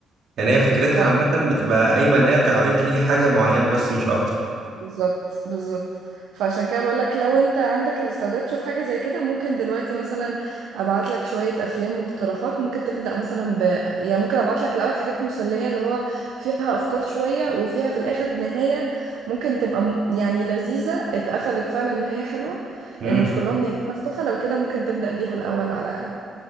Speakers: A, on the right; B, on the right.
A: يعني هي فكرتها
B: ف...
A: عامة بتبقى قايمة ان هي تعرض لي حاجة معينة بس مش اكتر
B: بالظبط بالظبط فعشان كده بقول لك لو انت عندك الاستعداد تشوف حاجه زي كده ممكن دلوقتي مثلا ابعت لك شويه افلام واقتراحات ممكن تبدا مثلا ب يعني ممكن ابعت لك الاول حاجات مسليه اللي هو فيها افكار شويه وفيها في الاخر نهايه ممكن تبقى م- يعني لذيذه اتقفلت فعلا نهايه حلوه
A: امم
B: لان مش كلهم نهايات مفتوحه لو كده ممكن تبدا بيها الاول على الاقل